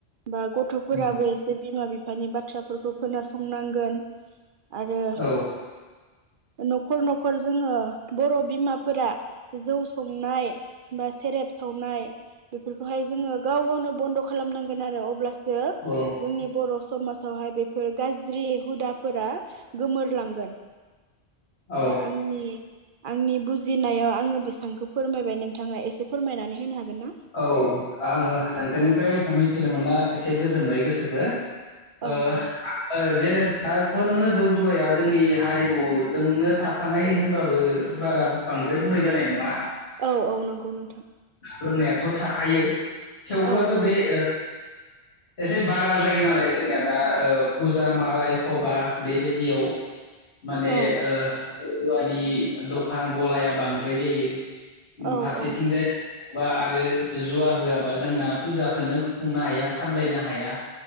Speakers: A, on the right; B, on the left.
A: बा गथ' फोराबो
B: उम
A: एसे बिमा बिफानि बाथ्राफोरखौ खोनासंनांगोन आरो
B: औ
A: न'खर न'खर जोङो बर' बिमाफोरा जौ संनाय बा सेरेप सावनाय बेफोरखौहाय जोङो गाव गावनो बन्द' खालामनांगोन आरो अब्लासो जोंनि
B: औ
A: बर' समाजावहाय बेफोर गाज्रि हुदाफोरा गोमोरलांगोन
B: औ
A: ओ आंनि आंनि बुजिनायाव आङो बेसांखौ फोरमाय बाय नोंथाङा एसे फोरमायनानै होनो हागोन ना?
B: औ आङो
A: औ
B: नोंथांनिफ्राय
A: औ
B: मिथिनो मोना एसे गोजोनबाय गोसोखो
A: औ
B: ओ
A: औ
B: जेनेबा बाथ' नोङो जौ जुवाया जोंनि हारिमु जोंनो थाफानाय होनबाबो बारा बांद्राय बुंनाय जानाय नङा
A: औ औ नंगौ नोंथां
B: लोंनायाथ' थाखायो थेवब्लाबो
A: औ
B: बे
A: औ
B: ओ एसे बारा जायो नालाय जोंनिया दा फुजा मारा एख' बा बेबायदियाव माने
A: औ
B: ओ रुवानि दखान गलाया बांद्राय जायो
A: औ
B: फारसेथिंजाय
A: औ
B: बा आरो जुवा होआबा जोंना फुजाखौनो खुंनो हाया सामलायनो हाया